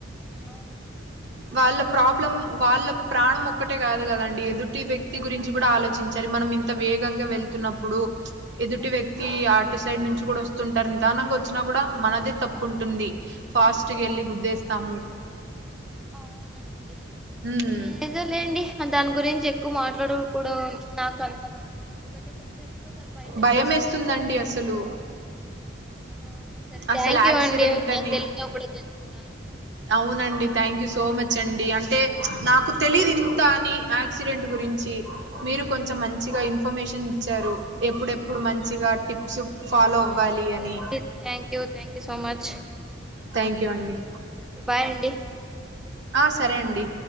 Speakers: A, in the centre; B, on the right (about 60°).
A: అవును
B: వాళ్ళ ప్రాబ్లం వాళ్ళ ప్రాణం ఒక్కటే కాదు కదండి ఎదుటి వ్యక్తి గురించి కూడా ఆలోచించాలి మనం ఇంత వేగంగా వెళ్తున్నప్పుడు ఎదుటి
A: అవును
B: వ్యక్తి ఆటు సైడ్ నుంచి కూడా వ తింటారు నిదానంగా వచ్చినా కూడా మనదే తప్పు ఉంటుంది ఫాస్ట్గా వెళ్ళి గుద్దేస్తాము
A: అవునండి
B: ఉమ్
A: లేదో లేండి దాని గురించి ఎక్కువ మాట్లాడ కూడా నాకు అంతగా అసలు ఎందుకంటే కొంచెం ఒక్కసారి వేసేస్తది
B: భయం ఏస్తుందండి అసలు
A: అవునా సరే
B: అసలు
A: థ్యాంక్ యూ
B: యాక్సిడెంట్
A: అండి. నాకు
B: అని
A: తెలియనివి కూడా తెలుసుకున్నాను.
B: అవునండి థ్యాంక్ సో మచ్ అండి అంటే
A: థ్యాంక్ యూ
B: నాకు
A: అండి.
B: తెలిదు ఇంత అని, యాక్సిడెంట్ గురించి మీరు కొంచెం మంచిగా ఇన్ఫర్మేషన్ ఇచ్చారు. ఎప్పుడెప్పుడు మంచిగా
A: ఓ
B: టిప్స్ ఫాలో
A: ఇట్స్
B: అవ్వాలి
A: మై ప్లెజర్
B: అని
A: అండి. Thank you. Thank you so much.
B: Thank you అండి.
A: బాయ్ అండి.
B: ఆ సరే అండి.